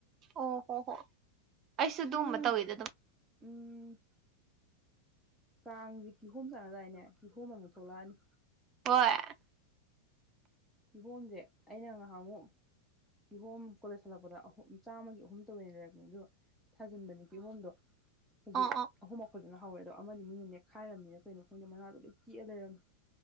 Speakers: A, on the right; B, in the centre.
A: ꯑꯣ ꯍꯣ ꯍꯣ ꯑꯩꯁꯨ ꯑꯗꯨꯝꯕ
B: ꯍꯥ
A: ꯇꯧꯋꯤꯗ ꯑꯗꯨꯝ
B: ꯎꯝ ꯀꯥꯡꯁꯦ ꯀꯤꯍꯣꯝ ꯆꯥꯅꯗꯥꯏꯅꯦ ꯀꯤꯍꯣꯝ ꯑꯃꯨꯛ ꯊꯣꯛꯂꯛꯑꯅꯤ
A: ꯍꯣꯏ
B: ꯀꯤꯍꯣꯝꯁꯦ ꯑꯩꯅ ꯉꯍꯥꯛꯃꯨꯛ ꯀꯤꯍꯣꯝ ꯀꯣꯂꯦꯖ ꯍꯜꯂꯛꯄꯗ ꯑꯍꯨꯝ ꯆꯥꯝꯃꯒꯤ ꯑꯍꯨꯝ ꯇꯧꯋꯦꯅ ꯂꯩꯔꯛꯄꯅꯦ ꯑꯗꯨꯒ ꯊꯥꯖꯤꯟꯕꯅꯤ ꯀꯤꯍꯣꯝꯗꯣ ꯍꯧꯖꯤꯛ
A: ꯑꯥ ꯑꯥ
B: ꯑꯍꯨꯝꯃꯛ ꯐꯖꯅ ꯍꯧꯋꯦ ꯑꯗꯣ ꯑꯃꯗꯤ ꯃꯤꯅ ꯅꯦꯛꯈꯥꯏꯔꯝꯃꯤꯔ ꯀꯩꯅꯣ ꯈꯪꯗꯦ ꯃꯅꯥꯗꯣ ꯂꯣꯏ ꯇꯦꯛꯑ ꯂꯩꯔꯝꯃꯦ